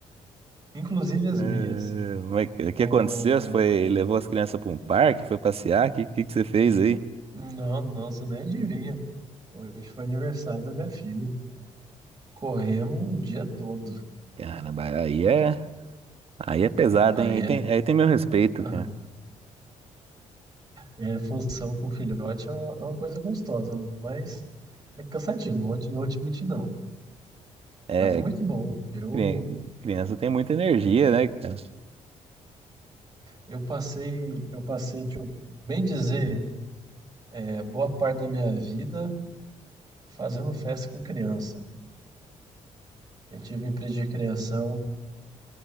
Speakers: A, on the right (about 30°); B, on the right (about 50°).
A: inclusive as
B: Eh,
A: minhas.
B: mas o que o que
A: O...
B: aconteceu? Você foi, levou as crianças pra um parque, foi passear? O que, que, que você fez aí?
A: Não, nossa, nem adivinha. Hoje foi aniversário da minha filha. Corremos o dia todo.
B: Caramba, aí é. Aí é pesado,
A: Aí
B: hein? Aí tem,
A: é,
B: aí tem meu respeito,
A: aham.
B: cara.
A: é função com filhote é uma, é uma coisa gostosa, mas é cansativo, não vou te, não vou te mentir, não.
B: É,
A: Mas foi muito bom. Eu,
B: cri- criança tem muita energia, né, cara?
A: eu passei, eu passei, deixa eu bem dizer, é, boa parte da minha vida Fazendo festa com criança. Eu tive empresa de recreação,